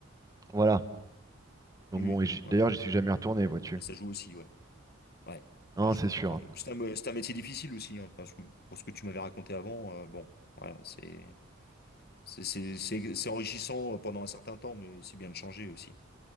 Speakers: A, on the right; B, on the left.
A: Voilà. Donc
B: Oui,
A: bon, et j'y-
B: ouais.
A: d'ailleurs,
B: ouais.
A: j'y suis jamais
B: Mm.
A: retourné, vois-tu.
B: Mais ça joue aussi, ouais. Ouais,
A: Non,
B: ouais, je
A: c'est
B: peux comprendre.
A: sûr. hein.
B: Et puis C'est un, mé- c'est un métier difficile aussi, hein. Enfin, je- pour ce que tu m'avais raconté avant, euh, bon, voilà, c'est c'est c'est- c'est- c'est enrichissant euh, pendant un certain temps, mais c'est bien de changer aussi.